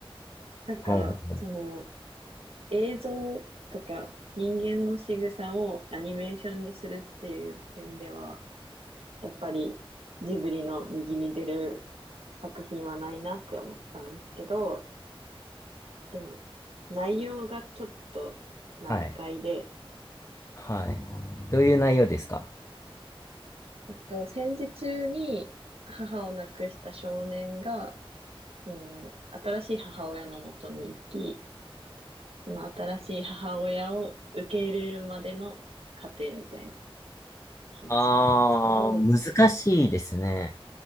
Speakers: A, on the right (about 80°); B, on the left (about 30°).
A: なんか、
B: ほうほう
A: その、映像とか人間の仕草をアニメーションにするっていう点では、やっぱりジブリの右に出る作品はないなって思ったんですけど、でも、内容がちょっと難解で、
B: はい。はい。どういう内容ですか
A: えっと、戦時中に母を亡くした少年が、その、新しい母親のもとに行き、その新しい母親を受け入れるまでの過程みたいな話なんですけど、
B: あー、難しいですね。